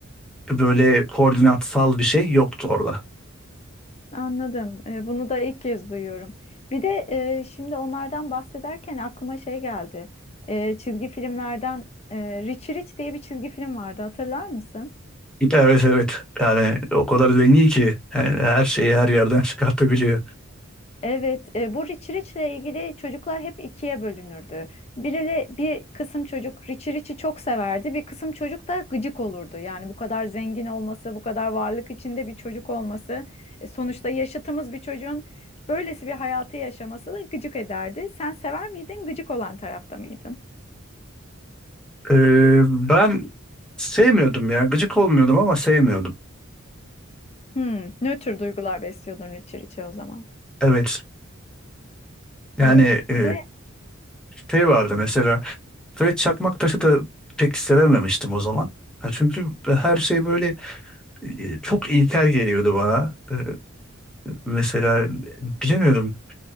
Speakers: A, in the centre; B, on the left (about 30°).
A: böyle koordinatsal bir şey yoktu orada.
B: Anladım. E, bunu da ilk kez duyuyorum. Bir de e, şimdi onlardan bahsederken aklıma şey geldi. E, çizgi filmlerden e, Rich Rich diye bir çizgi film vardı. Hatırlar mısın?
A: Evet evet yani o kadar zengin ki yani her şeyi her yerden <laughs> çıkartabiliyor.
B: Evet, e, bu Richie Rich'le ilgili çocuklar hep ikiye bölünürdü. Biriyle bir kısım çocuk Richie Rich'i çok severdi, bir kısım çocuk da gıcık olurdu. Yani bu kadar zengin olması, bu kadar varlık içinde bir çocuk olması, e, sonuçta yaşıtımız bir çocuğun böylesi bir hayatı yaşaması da gıcık ederdi. Sen sever miydin, gıcık olan tarafta mıydın?
A: Ee, ben sevmiyordum ya gıcık olmuyordum ama sevmiyordum.
B: Hmm, nötr duygular besliyordun Richie Rich'e o zaman.
A: Evet yani
B: Evet.
A: e,
B: Bir de
A: şey vardı mesela Fred Çakmaktaş'ı da pek sevememiştim o zaman. Ha, çünkü her şey böyle e, çok ilkel geliyordu bana. Ee, mesela bilemiyorum